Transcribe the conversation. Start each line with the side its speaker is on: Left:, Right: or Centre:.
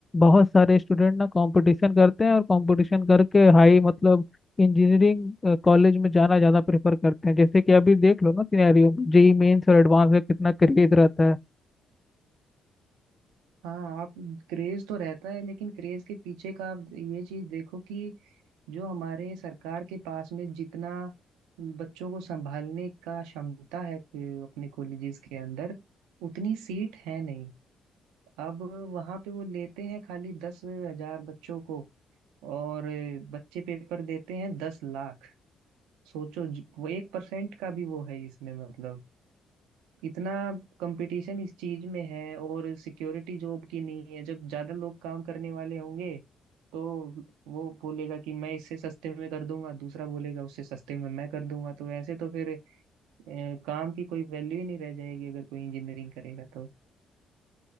Left: बहुत सारे स्टूडेंट ना कंपटीशन करते हैं और कंपटीशन करके हाई मतलब इंजीनियरिंग कॉलेज में जाना ज़्यादा प्रेफर करते हैं जैसे कि अभी देख लो ना सिनेरियो जेई मेंस और एडवांस में कितना क्रेज रहता है
Right: हाँ आप क्रेज तो रहता है लेकिन क्रेज के पीछे का आप ये चीज देखो कि जो हमारे सरकार के पास में जितना बच्चों को संभालने का क्षमता है अ, अपने कॉलेजेस के अंदर उतनी सीट है नहीं अब वहां पे वो लेते हैं खाली दस हजार बच्चों को और अ, बच्चे पेपर देते हैं दस लाख सोचो ज- वो एक परसेंट का भी वो है इसमें मतलब इतना कंपटीशन इस चीज में है और सिक्योरिटी जॉब की नहीं है जब ज्यादा लोग काम करने वाले होंगे तो वो बोलेगा कि मैं इससे सस्ते में कर दूंगा दूसरा बोलेगा उससे सस्ते में मैं कर दूंगा तो ऐसे तो फिर अ, काम की कोई वैल्यू ही नहीं रह जाएगी अगर कोई इंजीनियरिंग करेगा तो